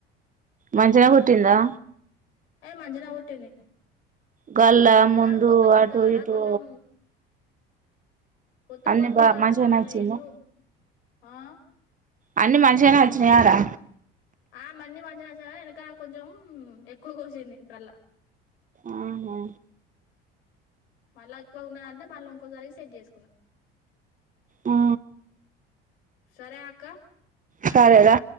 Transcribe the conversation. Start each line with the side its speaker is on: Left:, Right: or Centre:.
Right: మంచిగనే కుట్టిందా
Left: ఎ మంచిగనే కుట్టింది
Right: గల్ల
Left: ఇక
Right: ముందు
Left: కొత్త కొత్త
Right: అటు
Left: కదా
Right: ఇటు
Left: కొంచెం కొత్త
Right: అన్ని
Left: కొత్తగాద
Right: బా మంచిగనే వచ్చిందా
Left: ఎన్నో ఆ
Right: అన్ని మంచిగానే అచ్చినాయారా?
Left: ఆ మన్నీ మంచిగానే ఒచ్చినాగా ఎనక కొంచెం ఎక్కువ కోసింది కల్ల.
Right: ఆహా
Left: మల్లా ఎక్కువగ ఉన్నదంటే మల్ల ఉంకోసారికి సెట్ జేసుకున్నా.
Right: ఆ
Left: సరే అక్క.
Right: సరే దా